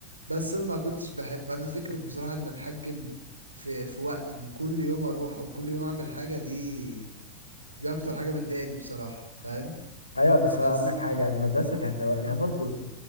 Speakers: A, on the right; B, on the left.
A: بس انا ما كنتش بحب انا فكرة بصراحة ان اتحجم في في وقت ان كل يوم اروح او كل يوم اعمل حاجة دي دي اكتر حاجة بتضايقني بصراحة فاهم
B: ايوه بس
A: بس
B: هقول لك حاجه يعني المدرسه كان
A: مم.
B: يعني برضو